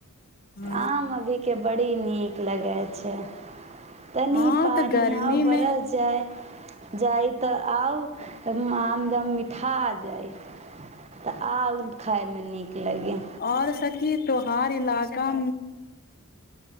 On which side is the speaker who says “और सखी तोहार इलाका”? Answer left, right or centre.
Left